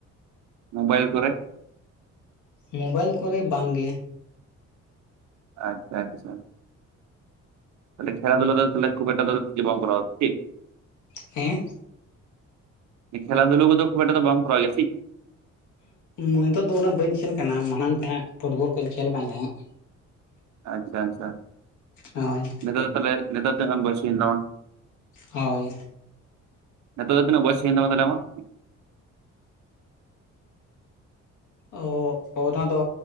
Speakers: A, on the right; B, on the left.
A: ᱢᱳᱵᱟᱭᱤᱞ ᱠᱚᱨᱮ
B: ᱢᱳᱚᱵᱟᱭᱤᱞ ᱠᱚᱨᱮ ᱵᱟᱝᱜᱮ
A: ᱟᱪᱪᱷᱟ ᱟᱪᱪᱷᱟ ᱛᱟᱦᱮ ᱠᱷᱮᱞᱟ ᱫᱷᱩᱞᱟ ᱫᱚᱮ ᱠᱷᱩᱵ ᱮᱴ ᱵ ᱠᱚᱨᱟᱟᱣ ᱪ
B: ᱦᱮᱸ
A: ᱠᱷᱮᱞᱟ ᱫᱷᱩᱞ ᱠᱚᱚ ᱠᱷᱩᱵᱴᱟ ᱫᱚ ᱵᱢ ᱠᱚᱨᱟ ᱜᱮᱼᱟ ᱪ
B: ᱱᱤᱛᱳ ᱫᱚ ᱩᱱᱟᱹᱜ ᱵᱟᱹᱧ ᱠᱷᱮᱞ ᱠᱟᱱᱟ ᱢᱟᱲᱟᱝ ᱛᱟᱦᱮᱸᱫ ᱯᱷᱩᱴᱵᱚᱞ ᱠᱚᱧ ᱠᱷᱮᱞ ᱠᱟᱱ ᱛᱟᱦᱮᱸᱫ
A: ᱟᱪᱪᱷᱟ ᱟᱪᱪᱷᱟ
B: ᱦᱳᱭ
A: ᱱᱤᱛᱟᱜ ᱫᱚ ᱛᱟᱦᱮᱞᱮ ᱱᱤᱛᱚᱜ ᱛᱤᱱᱟᱜ ᱜᱟᱱ ᱵᱚᱥᱤᱭᱮᱥ ᱦᱩᱭᱮᱱ ᱛᱟᱢᱟ
B: ᱦᱳᱭ
A: ᱱᱤᱛᱚᱜ ᱫᱚ ᱛᱤᱱᱟᱜ ᱵᱚᱭᱮᱥ ᱦᱩᱭᱮᱱ ᱛᱟᱢᱟ ᱟᱢᱟᱜ
B: ᱚ ᱚᱱᱟ ᱫᱚ